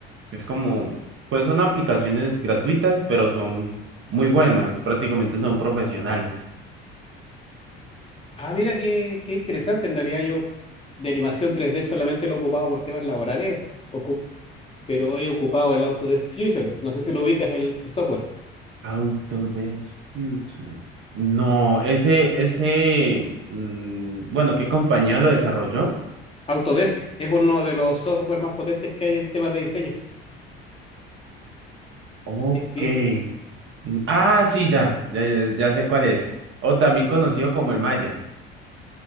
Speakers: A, on the right; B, on the left.
A: Es como, pues son aplicaciones gratuitas, pero son muy buenas, prácticamente son profesionales.
B: Ah, mira, qué, qué interesante. En realidad yo de animación 3D solamente lo ocupaba por temas laborales, ocup- pero he ocupado el Autodesk Fusion. No sé si lo ubicas el el software.
A: Autodesk Future. No, ese, ese, mm, bueno, ¿qué compañía lo desarrolló?
B: Autodesk es uno de los software más potentes que hay en temas de diseño.
A: Ok.
B: Es bien.
A: Mm, Ah, sí, ya, ya, ya, ya sé cuál es. O también conocido como el Maya.